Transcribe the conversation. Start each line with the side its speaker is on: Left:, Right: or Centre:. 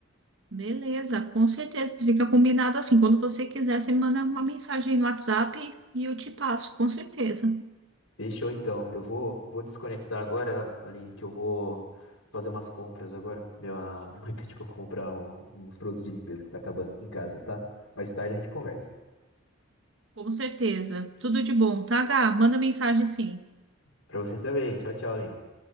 Right: Beleza, com certeza. Fica combinado assim. Quando você quiser, você me manda uma mensagem aí no WhatsApp e eu te passo, com certeza.
Left: Fechou então. Eu vou, vou desconectar agora, Aline, que eu vou fazer umas compras agora. Minha, minha mãe <laughs> pediu pra eu comprar um- uns produtos de limpeza que tá acabando aqui em casa, tá? Mais tarde a gente conversa.
Right: Com certeza. Tudo de bom, tá, Gá? Manda mensagem sim.
Left: Pra você também. Tchau, tchau, Aline.